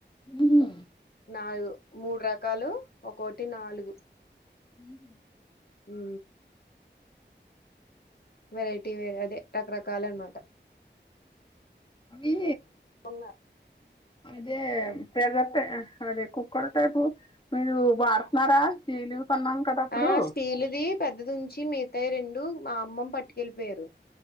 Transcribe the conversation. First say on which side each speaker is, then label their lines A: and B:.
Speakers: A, on the left (about 25°); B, on the left (about 55°).
A: మ్
B: నాలుగు మూడు రకాలు ఒక్కోటి నాలుగు
A: మ్ హా
B: మ్ వెరైటీ వేరే అదే రకరకాల అన్నమాట
A: అవి
B: కొన్నారు
A: అదే ప్యాజట అదే కుక్కర్ టైపు మీరు వాడుతున్నారా కీలు కన్నాం కదా అప్పుడు
B: అ స్టీలుది పెద్దదుంచి మిగతాయి రెండు మా అమ్మమ్ పట్టుకెళ్ళిపోయేరు